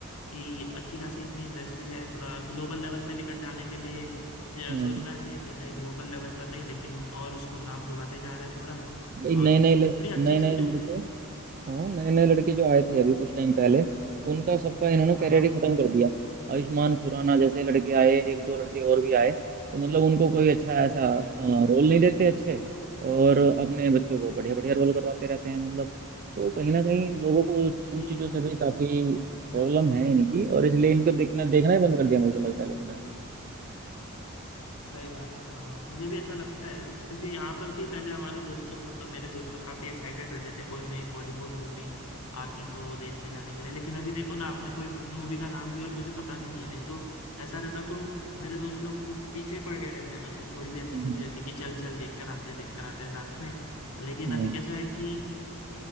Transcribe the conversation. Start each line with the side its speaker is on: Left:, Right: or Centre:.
Left: कि अच्छी खासी इतनी इंडस्ट्री है थोड़ा ग्लोबल लेवल पे लेकर जाने के लिए ये
Right: हम्म,
Left: सोचना चाहिए तो नहीं ग्लोबल लेवल पर नहीं लेकिन और उसको नाम डुबाते जा रहे हैं थोड़ा
Right: भाई
Left: और
Right: नए नए
Left: बड़ी अच्छी
Right: नए
Left: स्क्रिप्ट
Right: नए लड़के हाँ नए नए लड़के जो आए थे अभी कुछ टाइम पहले उनका सबका इन्होंने कैरियर
Left: हाँ हाँ
Right: ही खत्म कर दिया आयुष्मान खुराना जैसे लड़के आए एक दो लड़के और भी आए तो मतलब उनको कोई अच्छा ऐसा
Left: जी हाँ
Right: रोल नहीं देते अच्छे और अपने बच्चों को बढ़िया बढ़िया रोल करवाते रहते हैं मतलब तो कहीं ना कहीं लोगों को उन
Left: जी
Right: चीज़ों
Left: हाँ
Right: से भी काफ़ी
Left: हम्म
Right: प्रॉब्लम
Left: हम्म
Right: है इनकी और इसलिए इनको देखना देखना ही बंद कर दिया मुझे तो लगता है लोगों ने
Left: सही बात है हाँ मुझे भी ऐसा लगता है क्योंकि यहाँ पर भी पहले हमारे दोस्त लोग मतलब मेरे दोस्त लोग काफी एक्साइटेड रहते थे कोई नई बॉलीवुड मूवी आती तो देखने जाने के लिए लेकिन अभी देखो ना आपने कोई मूवी का नाम लिया और मुझे पता भी नहीं है नहीं तो ऐसा रहता तो मेरे दोस्त लोग पू- पीछे ही पड़ गए रहते अगर कुछ थोड़ी भी अच्छी
Right: हम्म
Left: मूवी रहती कि चल चल देख कर आते हैं देख कर आते हैं साथ में लेकिन
Right: हम्म,
Left: अभी कैसा है कि